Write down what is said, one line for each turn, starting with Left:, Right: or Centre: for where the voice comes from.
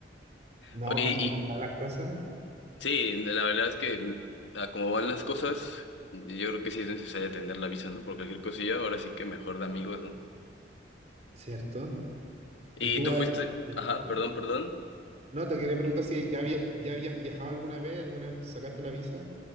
Right: No,
Left: Oye,
Right: porque como
Left: y,
Right: están las cosas,
Left: Sí, la verdad es que mm, a como van las cosas, yo creo que sí es necesaria tener la visa, ¿no? Por cualquier cosilla, ahora sí que mejor de amigos, ¿no?
Right: ¿cierto?
Left: Y
Right: ¿Y tú
Left: tú
Right: has-
Left: fuiste,
Right: viajaste?
Left: ajá, perdón, perdón.
Right: No, te quería preguntar si ya, había- ya habías viajado alguna vez, alguna vez sacaste la visa.